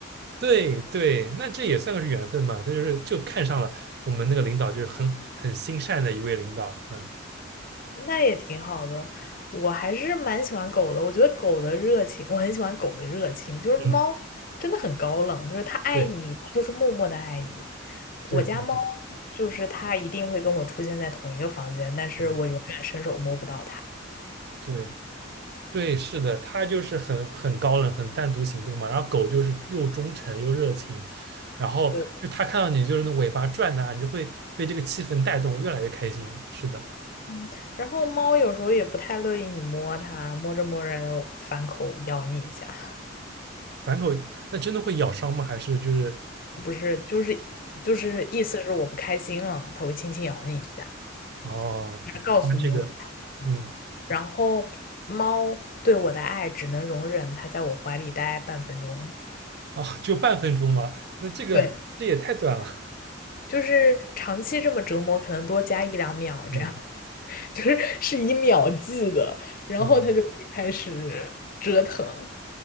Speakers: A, on the right; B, on the left.
A: 对对，那这也算个是缘分嘛，他就是就看上了我们那个领导，就是很很心善的一位领导，嗯
B: 那也挺好的。我还是蛮喜欢狗的，我觉得狗的热情，我很喜欢狗的热情。就是猫真的很高冷，
A: 嗯，
B: 就是它爱你，
A: 对
B: 它就是默默的爱你。我家猫
A: 对对，
B: 就是它一定会跟我出现在同一个房间，但是我永远伸手摸不到它。
A: 啊，哦对。对，是的，它就是很很高冷、很单独行动嘛。然后狗就是又忠诚又热情，然后就它看到你就是那尾巴转呐、
B: 对，
A: 你就会被这个气氛带动，越来越开心。是的，
B: 嗯，然后猫有时候也不太乐意你摸它，摸着摸着反口咬你一下，
A: 反狗那真的会咬伤吗？还是就是
B: 不是，就是就是意思是我不开心了，它会轻轻咬你一下，
A: 哦，
B: 告诉你我不开心。
A: 它这个嗯
B: 然后猫对我的爱只能容忍它在我怀里待半分钟，
A: 哦，就半分钟吗？那这个这也太短了。
B: 对，
A: <laughs>
B: 就是长期这么折磨，可能多加一两秒这样，
A: 嗯
B: <laughs> 就是是以秒计的，然后它就会开始折腾。
A: 哦